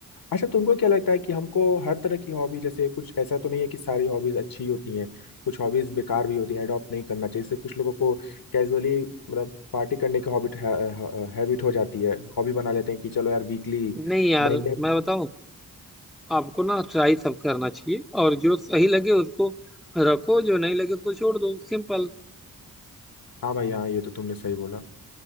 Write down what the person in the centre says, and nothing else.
नहीं यार
मैं बताऊँ आपको ना ट्राई सब करना चाहिए और जो सही लगे उसको रखो जो नहीं लगे उसको छोड़ दो सिंपल